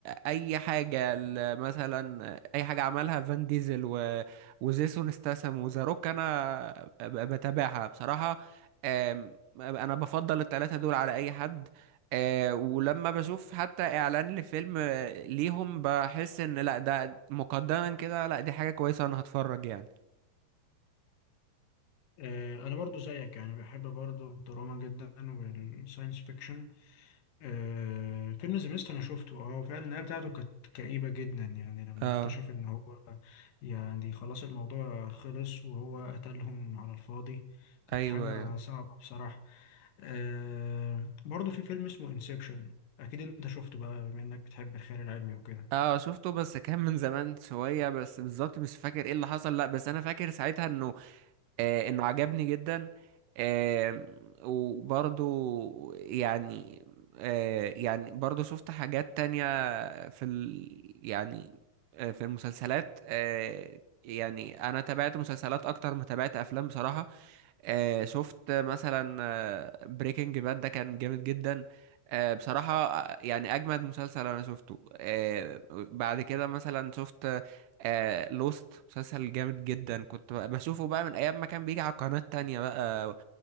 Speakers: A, on the right; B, on the left.
A: أي حاجة ل- مثلا آه، أي حاجة عملها فان ديزل و- وجيسون ستاثام وذا روك أنا ب- بتابعها بصراحة آم، أنا بفضل التلاتة دول على أي حد آه، ولما بشوف حتى إعلان لفيلم آه، ليهم بحس إن لأ ده مقدما كده لأ دي حاجة كويسة أنا هتفرج يعني
B: آه، انا برضو زيك يعني بحب برضو الدراما جدا والساينس فيكشن آه، فيلم ذا ميست انا شفته اه فعلا النهايه بتاعته كانت كئيبه جدا يعني لما
A: اه
B: اكتشف ان هو يعني خلاص الموضوع خلص وهو قتلهم على الفاضي كانت
A: ايوه
B: حاجه
A: ايوه
B: صعبه بصراحه آه برضو في فيلم اسمه انسبشن اكيد انت شفته بقى بما انك بتحب الخيال العلمي وكده
A: اه شفته بس كان من زمان شويه بس بالظبط مش فاكر ايه اللي حصل لا بس انا فاكر ساعتها انه آه، انه عجبني جدا آه، وبرضو يعني آه، يعني برضو شفت حاجات تانية في ال يعني آه، في المسلسلات آه، يعني انا تابعت مسلسلات اكتر ما تابعت افلام بصراحة آه، شفت مثلا بريكنج باد ده كان جامد جدا آه، بصراحة آه، يعني أجمد مسلسل أنا شفته آه، بعد كده مثلا شفت آه لوست مسلسل جامد جدا كنت ب- بشوفه بقى من ايام ما كان بيجي على قناة تانية بقى